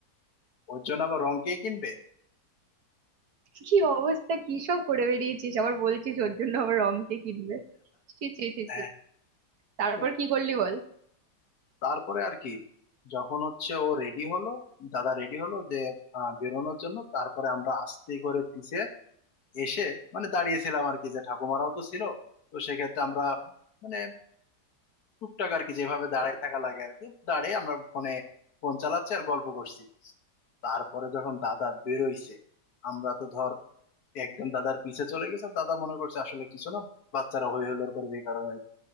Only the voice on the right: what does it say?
কি অবস্থা কি সব করে বেরিয়েছিস আবার বলছিস ওর জন্য আবার রং কে কিনবে ছি ছি ছি
ছি তারপর
কি করলি বল